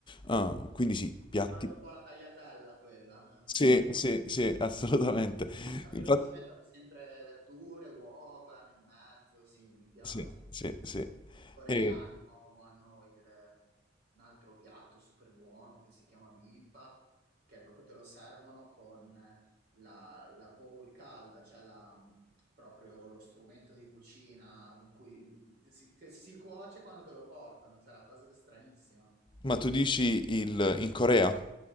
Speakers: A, on the left; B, on the right.
A: Ah, quindi sì, piatti.
B: Ricorda un po' la tagliatella quella,
A: Sì,
B: ehm, sì.
A: sì, sì, assolutamente.
B: Anche
A: Infatti,
B: loro ci mettono sempre verdure, uova nel mezzo, sì, mi piace.
A: sì, sì,
B: In
A: sì.
B: Corea
A: E-
B: hanno, hanno il- un altro piatto super buono che si chiama bibimbap, che proprio te lo servono con la, la bowl calda, cioè la- proprio lo strumento di cucina in cui si, che si cuoce quando te lo portano, cioè la cosa stranissima.
A: ma tu dici il, in Corea?